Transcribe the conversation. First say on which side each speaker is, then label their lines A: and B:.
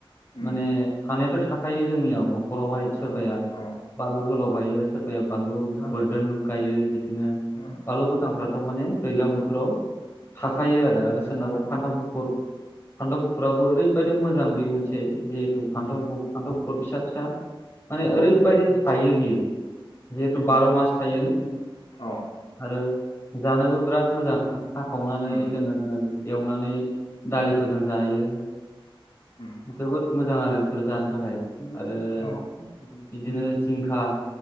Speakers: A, on the left; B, on the left.
A: उम
B: माने थानायफोर थाखायो जोंनियाव न'खरावहाय
A: औ
B: सोरबाया
A: औ
B: बानलु गोलाव गायो। बानलु बोरडोन गायो बिदिनो।
A: उम
B: बानलु गोथांफ्राथ' माने दैज्लां बोथोराव। थाखायो आरो आरो सोरनाबा फान्थाव गुफुर फानथावन गुफुराबो ओरैबायदि मोजां बे मोनसे जिहेथु फान्थाव
A: उम
B: फान्थाव गोफोद फिसा फिसा माने
A: औ
B: ओरैबायदि थायो बियो जिहेथु बार' मास थायो
A: औ
B: आरो जानोबो बिराद मोजां हाखावनानै
A: उम
B: जोङो एवनानै दालिफोरजों जायो
A: उम
B: जोबोद मोजां आरो बेफोर जानो थाखाय आरो
A: औ
B: बिदिनो जिंखा